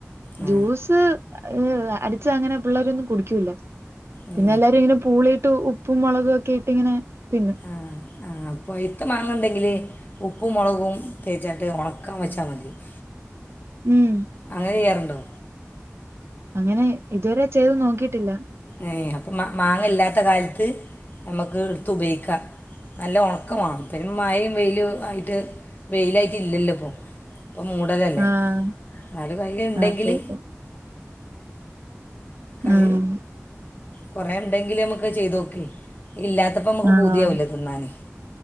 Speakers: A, on the left; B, on the right.
A: ആ
B: ജ്യൂസ് അടിച്ചാൽ അങ്ങനെ പിള്ളേരൊന്നും കുടിക്കൂല്ല
A: ഏ
B: പിന്നെ എല്ലാരും ഇങ്ങനെ പൂളിയിട്ട് ഉപ്പും മുളകും ഒക്കെ ഇട്ട് ഇങ്ങനെ തിന്നും
A: ആഹ് ആഹ് ആഹ് പയുത്ത മാങ്ങണ്ടെങ്കില് ഉപ്പും മൊളകും തേച്ചാട്ട് ഒണക്കാൻ വെച്ചാ മതി <inaudible>
B: ഉം
A: അങ്ങനെ ചെയ്യാറുണ്ടോ?
B: അങ്ങനെ ഇതുവരെ ചെയ്ത് നോക്കിയിട്ടില്ല
A: ഏഹ് അപ്പൊ മാ മാങ്ങ ഇല്ലാത്ത കാലത്ത് ഞമ്മക്ക് ഇട്ത്ത് ഉപയോഗിക്കാം നല്ല ഒണക്കം മാണം ഇപ്പെ പിന്നെ മഴയും വെയിലും ആയിട്ട് വെയിലായിട്ട് ഇല്ലല്ലോ ഇപ്പോ? ഇപ്പം മൂടലല്ലേ
B: ആഹ്
A: ഇന്നാലും കയ്യില് ഇണ്ടെങ്കില്
B: അതെ അതെ
A: കൈ
B: ഉം
A: കൊറേ ഇണ്ടെങ്കില് നമുക്ക് അത് ചെയ്തോക്കെ ഇല്ലാത്തപ്പൊ അമ്മക്ക്
B: ആഹ്
A: പൂതിയാവൊല്ലോ തിന്നാന്